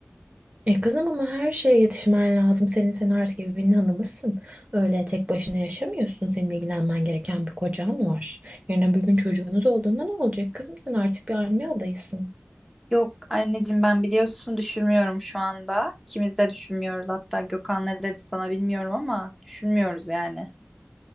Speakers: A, on the right; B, in the centre.
A: E kızım ama her şeye yetişmen lazım. Senin sen artık evinin hanımısın. Öyle tek başına yaşamıyorsun. Senin ilgilenmen gereken bir kocan var. Yarın öbür gün çocuğunuz olduğunda ne olacak? Kızım sen artık bir anne adayısın.
B: Yok anneciğim ben biliyorsun düşünmüyorum şu anda. İkimiz de düşünmüyoruz hatta Gökhan ne dedi sana bilmiyorum ama düşünmüyoruz yani.